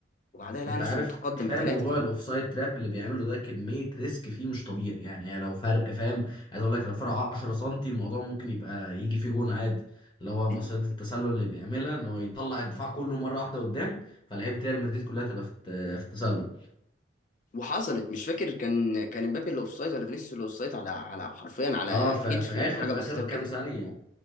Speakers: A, on the left; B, on the left.
A: وبعدها
B: انت
A: لقى نفسه
B: عارف
A: متقدم
B: كفايه
A: بثلاثة
B: موضوع الاوفسايد تراب اللي بيعمله ده كميه ريسك فيه مش طبيعي يعني هي لو فرق فاهم عايز اقول لك لو فرق 10 سم الموضوع ممكن يبقى يجي فيه جون عادي اللي هو
A: كمان
B: مصيدة التسلل اللي بيعملها ان هو يطلع الدفاع كله مره واحده قدام فلعيبه ريال مدريد كلها تبقى في الت- في التسلل
A: وحصلت مش فاكر كان كان امبابي اللي اوفسايد ولا فينيسيوس اللي اوفسايد على على حرفيا على
B: اه ف- في
A: كتف
B: اخر
A: ولا حاجه
B: في
A: بسيطه
B: اخر كام
A: وكده
B: ثانيه